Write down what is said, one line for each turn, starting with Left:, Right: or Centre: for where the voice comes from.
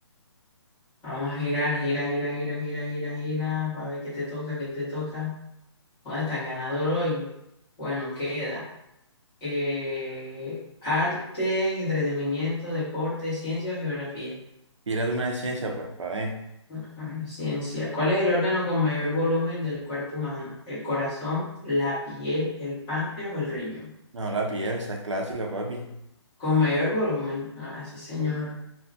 Left: Vamos a girar, gira, gira, gira, gira, gira, gira, para ver qué te toca, qué te toca. ¿Dónde tan ganador hoy? Bueno, queda eh, arte, entretenimiento, deporte, ciencia o geografía.
Right: Tírate una de ciencia, pues, para ver.
Left: Bueno, Ay, Ciencia. ¿Cuál es el órgano con mayor volumen del cuerpo humano? ¿El corazón, la piel, el páncreas o el riñón?
Right: No, la piel, esa es clásica, papi.
Left: Con mayor volumen. Ah, sí, señor.